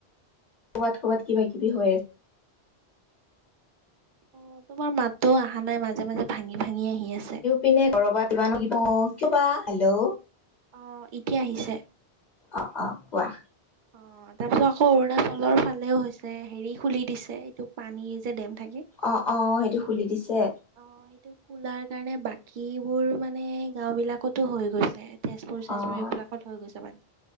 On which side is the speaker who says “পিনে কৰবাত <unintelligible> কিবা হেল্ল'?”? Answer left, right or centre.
Left